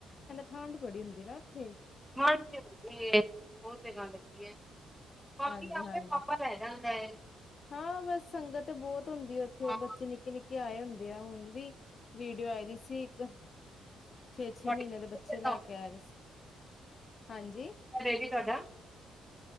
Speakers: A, on the left (about 45°); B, in the centre.
A: ਠੰਡ ਬੜੀ ਹੁੰਦੀ ਨਾ ਉੱਥੇ।
B: ਠੰਡ ਤੇ ਹੁੰਦੀ ਐ। ਉਹ ਤੇ ਗੱਲ ਹੈਗੀ ਐ। ਬਾਕੀ
A: ਹਾਂਜੀ
B: ਆਪੇ
A: ਹਾਂਜੀ
B: ਪਾਪਾ ਲੈ ਜਾਣਗੇ। ਮੈਂ
A: ਹਾਂ ਬਸ ਸੰਗਤ ਈ ਬਹੁਤ ਹੁੰਦੀ ਏ ਉੱਥੇ
B: ਹਾਂ
A: ਬੱਚੇ ਨਿੱਕੇ- ਨਿੱਕੇ ਆਏ ਹੁੰਦੇ ਆਂ ਹੁਣ ਵੀ ਵੀਡੀਓ ਆਈ ਦੀ ਸੀ ਇੱਕ ਛੇ- ਛੇ
B: ਕਿੰਨੇ
A: ਮਹੀਨੇ ਦੇ ਬੱਚੇ
B: ਚਿਰ
A: ਲੈ
B: ਦਾ
A: ਕੇ ਆਏ ਦੇ ਸੀ, ਹਾਂਜੀ।
B: ਬੇਬੀ ਤੁਹਾਡਾ